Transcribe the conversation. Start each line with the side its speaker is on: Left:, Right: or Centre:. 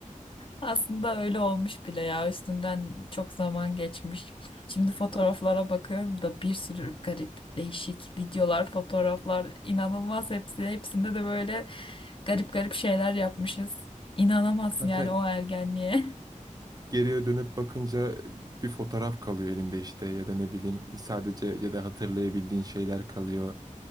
Left: Aslında öyle olmuş bile ya. Üstünden çok zaman geçmiş. Şimdi fotoğraflara
Right: Abi,
Left: bakıyorum da bir sürü garip, değişik videolar, fotoğraflar inanılmaz hepsi. Hepsinde de böyle garip garip şeyler yapmışız. İnanamazsın
Right: zaten
Left: yani o ergenliğe.
Right: geriye dönüp bakınca bir fotoğraf kalıyor elinde işte ya da ne bileyim sadece ya da hatırlayabildiğin şeyler kalıyor.